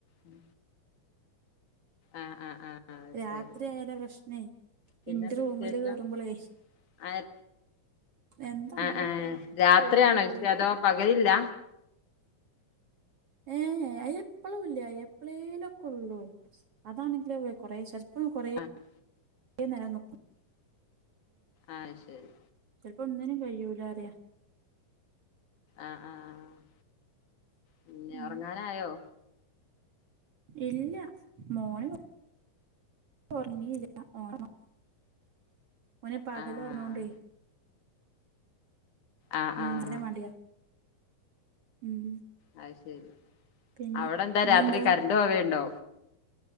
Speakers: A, on the left (about 65°); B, on the right (about 50°).
A: ഉം ആഹ് ആഹ് ആഹ്
B: രാത്രി
A: ശരി
B: ആയാല പ്രശ്നേ?
A: പിന്നെന്താ
B: ഇന്റെ റൂമില്
A: വിശേഷം
B: കേറുമ്പളെ
A: ആഹ്
B: എന്താ അങ്ങനെ
A: ആഹ് ആഹ്
B: ഇപ്പോ
A: രാത്രിയാണോ
B: പോവ്ണ്ട്.
A: വിഷയം അതോ പകലില്ല?
B: ഏഹ് ഏ എപ്പഴും ഇല്ല എപ്പഴേലൊക്കെ ഉള്ളൂ. അതാണെങ്കിലേ കൊറെ ചേ ഉം കുറെ
A: ആഹ്
B: നേരം നിക്കും.
A: അത് ശരി.
B: ചിലപ്പോ ഒന്നിനും കഴിയൂല അറിയാം.
A: ആഹ് ആഹ് പിന്നെ
B: ഉം
A: ഉറങ്ങാനായോ.
B: ഇല്ല മോൻ. ഉറങ്ങിയില്ല. ഓ ഓൻ പകല്
A: ആഹ്
B: ഉർങ്ങോണ്ടെ.
A: ആഹ്
B: ഉം
A: ആഹ്
B: പിന്നെ മടിയാ ഉം.
A: അത് ശരി
B: പിന്നെ
A: അവിടെ എന്താ
B: ഇന്നെന്താ
A: രാത്രി കറണ്ട് പോവയുണ്ടോ.